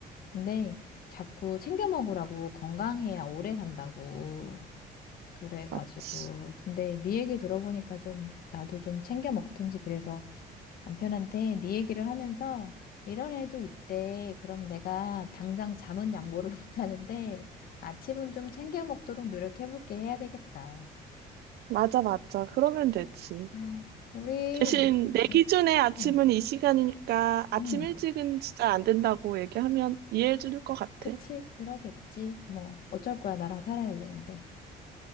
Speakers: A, on the left (about 60°); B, on the right (about 70°).
A: 근데 자꾸 챙겨 먹으라고 건강해야 오래 산다고. 그래가지고.
B: 맞지.
A: 근데 네 얘기 들어보니까 좀, 나도 좀 챙겨 먹든지 그래서 남편한테 네 얘기를 하면서 이런 애도 있대. 그럼 내가 당장 잠은 양보를 <laughs> 못 하는데 아침은 좀 챙겨 먹도록 노력해볼게 해야 되겠다.
B: 맞아, 맞아. 그러면 되지.
A: 아 우리,
B: 대신 내 기준에
A: 응,
B: 아침은
A: 음,
B: 이 시간이니까 아침
A: 음,
B: 일찍은 진짜 안 된다고 얘기하면 이해해 줄 것 같아.
A: 그치, 그러겠지. 뭐, 어쩔 거야, 나랑 살아야 되는데.